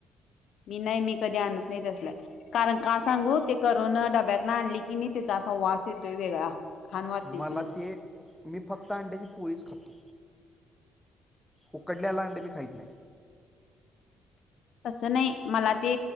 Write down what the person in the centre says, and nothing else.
मला
ते मी फक्त अंड्याची पोळीच खातो. उकडल्याला अंड बी खाईत नाय.